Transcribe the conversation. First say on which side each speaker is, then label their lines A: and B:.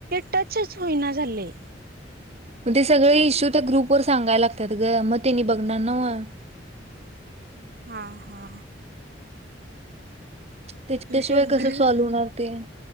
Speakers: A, on the right (about 55°); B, on the right (about 35°).
A: टच्च हुईना झालय.
B: म ते सगळे इश्यू त्या ग्रुप वर सांगाय लागत्यात गं म तेनी बघणार नवं.
A: हा हा.
B: त्याच्याशिवाय
A: ते
B: कसं
A: ग्रीन
B: सॉल होणार ते